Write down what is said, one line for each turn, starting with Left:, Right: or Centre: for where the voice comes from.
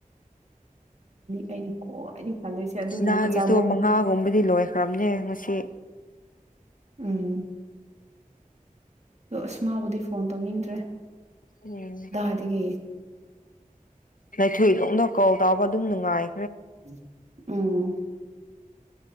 Right: ꯑꯩꯅ ꯈ꯭ꯋꯥꯏꯗꯒꯤ ꯄꯥꯜꯂꯣꯏꯁꯦ ꯑꯗꯨꯅ
Left: ꯅꯨꯡꯗꯥꯒꯤꯁꯨ
Right: ꯀꯆꯥꯛꯕꯣꯡ
Left: ꯃꯉꯥꯒꯨꯝꯕꯗꯤ ꯂꯣꯏꯈ꯭ꯔꯕꯅꯦ ꯉꯁꯤ
Right: ꯎꯝ ꯑ ꯑꯁ ꯃꯥꯕꯨꯗꯤ ꯐꯣꯟ ꯇꯧꯅꯤꯡꯗ꯭ꯔꯦ
Left: ꯎꯝ
Right: ꯗꯥꯗꯤꯒꯦ
Left: ꯅꯩꯊꯣꯏꯂꯣꯛꯗ ꯀꯣꯜ ꯇꯥꯎꯕ ꯑꯗꯨꯝ ꯅꯨꯡꯉꯥꯏ
Right: ꯎꯝ ꯎꯝ